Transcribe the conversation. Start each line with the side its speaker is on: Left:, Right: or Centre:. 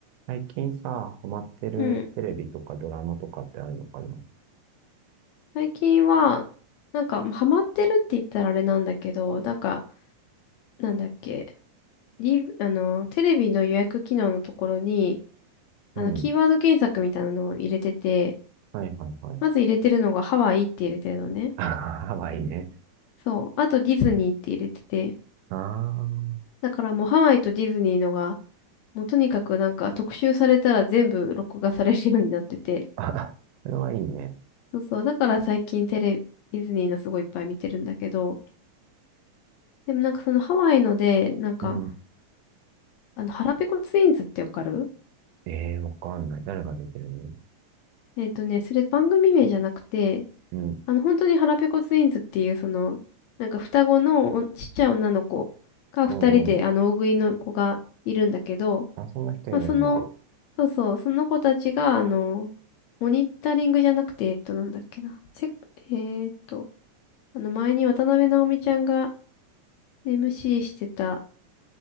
Right: 最近さ、ハマってるテレビとかドラマとかってあるのかな
Left: うん。最近は、なんか、まあハマってるって言ったらあれなんだけど、なんか、なんだっけ、リ、あの、テレビの予約機能のところに、あの、
Right: うん。
Left: キーワード検索みたいなのを入れてて、
Right: はいはいはい。
Left: まず入れてるのがハワイって入れてるのね。
Right: <laughs> ハワまあいいね。
Left: そう。あとディズニーって入れてて、
Right: あ
Left: だからもうハワイとディズニーのが、もうとにかくなんか特集されたら全部録画されるようになってて、
Right: あ。<laughs> あ、それはいいね。
Left: そうそう。だから最近テレビ、ディズニーのすごいいっぱい見てるんだけど、でもなんかそのハワイので、なんか、
Right: うん。
Left: あの、腹ペコツインズってわかる
Right: ええー、わかんない。誰が出てるの
Left: えっとね、それ番組名じゃなくて、
Right: うん。
Left: あの、本当に腹ペコツインズっていう、その、なんか双子のおちっちゃい女の子が二人で、
Right: うんうん。
Left: あの、大食いの子がいるんだけど、
Right: あ、そんな人いるんだ。
Left: まあ、その、そうそう、その子たちが、あの、モニタリングじゃなくて、えっと、なんだっけな、せ、えっと、あの、前に渡辺直美ちゃんが MC してた、